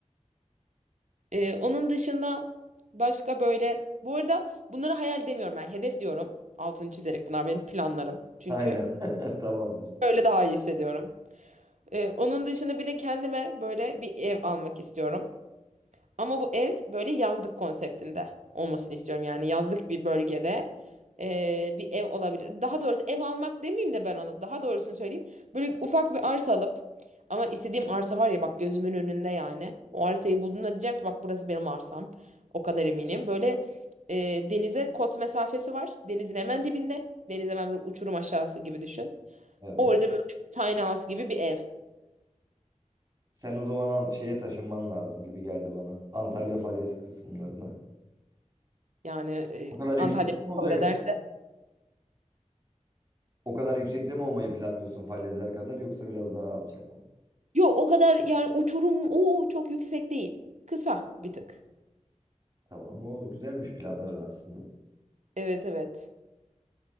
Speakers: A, on the right; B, on the right.
A: Ee, onun dışında başka böyle bu arada bunları hayal demiyorum ben hedef diyorum. Altını çizerek bunlar benim planlarım. Çünkü
B: Aynen. <laughs> Tamamdır.
A: böyle daha iyi hissediyorum. Ee, onun dışında bir de kendime böyle bir ev almak istiyorum. Ama bu ev böyle yazlık konseptinde olmasını istiyorum. Yani yazlık bir bölgede eee, bir ev olabilir. Daha doğrusu ev almak demeyeyim de ben ona. Daha doğrusunu söyleyeyim. Böyle ufak bir arsa alıp ama istediğim arsa var ya bak gözümün önünde yani. O arsayı bulduğumda diyeceğim ki bak burası benim arsam. O kadar eminim. Böyle eee, denize kot mesafesi var. Denizin hemen dibinde. Deniz hemen böyle uçurum aşağısı gibi düşün.
B: Evet.
A: Orada böyle tiny house gibi bir ev.
B: Sen o zaman an- şeye taşınman lazım gibi geldi bana. Antalya falez kısımlarına.
A: Yani eee
B: O kadar
A: Antalya
B: yüksekte mi olacak?
A: kabul eder.
B: O kadar yüksekte mi olmayı planlıyorsun falezler kadar yoksa biraz daha alçak mı?
A: Yok o kadar yani uçurum o çok yüksek değil. Kısa bir tık.
B: Tamam o güzelmiş planların aslında.
A: Evet evet.